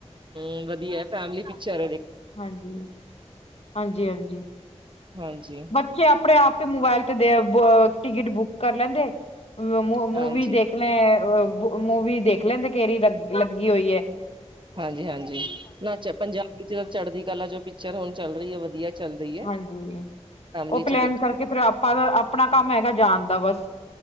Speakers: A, on the right; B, on the left.
A: ਹੂੰ ਵਧੀਆ ਏ। ਫੈਮਿਲੀ ਪਿਕਚਰ ਹੇ।
B: ਹਾਂਜੀ- ਹਾਂਜੀ, ਹਾਂਜੀ
A: ਹਾਂਜੀ
B: ਬੱਚੇ ਆਪਣੇ ਆਪ ਤੇ, ਮੋਬਾਇਲ ਬ ਟਿਕਟ ਬੁੱਕ ਕਰ ਲੈਂਦੇ ਮੂ-ਮੂਵੀ
A: ਹਾਂਜੀ
B: ਦੇਖ ਲੈ ਬ ਮੂਵੀ ਦੇਖ ਲੈਂਦੇ ਕਿਹਰੀ ਲੱ ਲੱਗੀ ਹੋਈ ਏ।
A: ਹਾਂਜੀ- ਹਾਂਜੀ ਨਾ'ਚ ਪੰਜਾਬੀ'ਚ ਚੜ੍ਹਦੀ ਕਲਾ ਜੋ ਪਿਕਚਰ ਹੁਣ ਚੱਲ ਰਹੀ ਏ ਵਧੀਆ। ਚੱਲ ਰਹੀ ਹੈ
B: ਹਾਂਜੀ।
A: ਫੈਮਲੀ
B: ਉਹ
A: ਚ
B: ਪਲੈਨ
A: ਦੇਖ
B: ਕਰਕੇ ਫਿਰ, ਆਪਾਂ ਆਪਣਾ ਕੰਮ ਹੈਗਾ ਜਾਨ ਦਾ ਬਸ